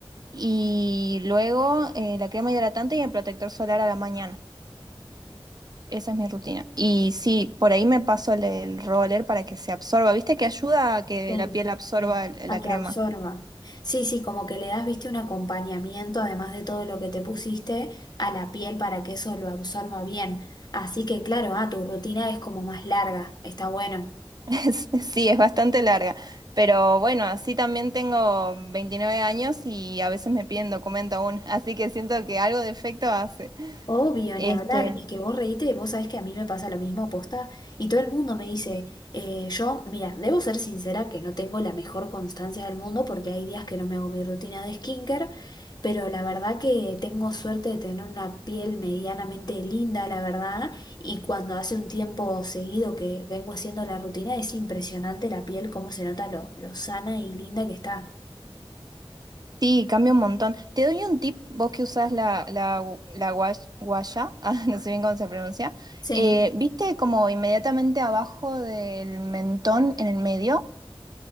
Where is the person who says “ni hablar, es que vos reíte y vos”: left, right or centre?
Left